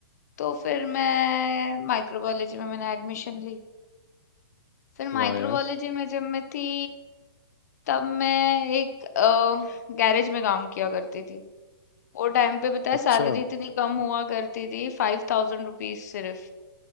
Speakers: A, on the left; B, on the left.
A: तो फिर मैं माइक्रोबायोलॉजी में मैंने एडमिशन ली फिर माइक्रोबायोलॉजी
B: वाह यार
A: में जब मैं थी तब मैं एक गैरेज में काम किया करती थी वो टाइम पे पता है
B: अच्छा
A: सैलरी इतनी कम हुआ करती थी फाइव थाउजेंड रुपीज सिर्फ